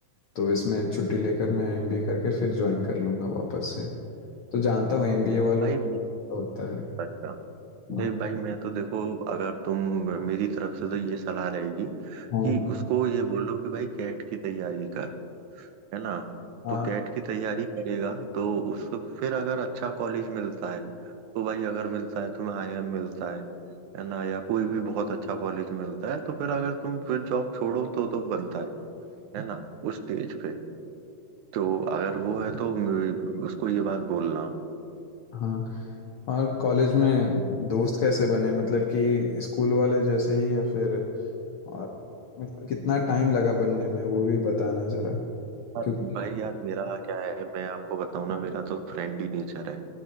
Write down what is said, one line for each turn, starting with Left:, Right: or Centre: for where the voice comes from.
Left: तो इसमें छुट्टी लेकर मैं एमबीए करके फिर ज्वाइन कर लूंगा वापस से तो जानता हूँ एमबीए वालों
Right: भाई
Left: का होता है
Right: अच्छा नहीं
Left: हाँ
Right: भाई मैं तो देखो अगर तुम मेरी तरफ से तो ये सलाह रहेगी
Left: हाँ
Right: कि उसको ये बोलो कि भाई कैट की तैयारी कर है ना
Left: हाँ
Right: तो कैट की तैयारी करेगा तो उसको फिर अगर अच्छा कॉलेज मिलता है तो भाई अगर मिलता है तुम्हें आईआईएम मिलता है है ना या कोई भी बहुत अच्छा कॉलेज मिलता है तो फिर अगर तुम फिर जॉब छोड़ो तो तो बनता है है ना उस स्टेज पे तो अगर वो है तो म- उसको ये बात बोलना
Left: हाँ। और कॉलेज में दोस्त कैसे बने मतलब कि स्कूल वाले जैसे ही या फिर और मतलब कितना टाइम लगा बनने में वो भी बताना जरा
Right: यार
Left: क्योंकि
Right: भाई यार मेरा क्या है मैं आपको बताऊं ना मेरा तो फ्रेंडली नेचर है